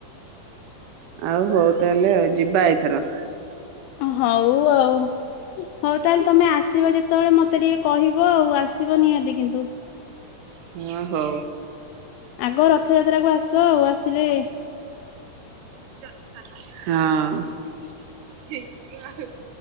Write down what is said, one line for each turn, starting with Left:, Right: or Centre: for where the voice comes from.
Right: ଆଉ ହଉ ତାହେଲେ ଆଉ ଯିବା ଏଇଥର।
Left: ଅଁ ହଉ ଆଉ ହଉ ତାହଲ ତମେ ଆସିବ ଯେତ୍ ତବଳେ ମତେ ଟିକେ କହିବ ଆଉ ଆସିବ ନିହାତି କିନ୍ତୁ।
Right: ହଁ ହଉ
Left: ଆଗ ରଥଯାତ୍ରା କୁ ଆସ ଆଉ ଆସିଲେ
Right: ହଁ।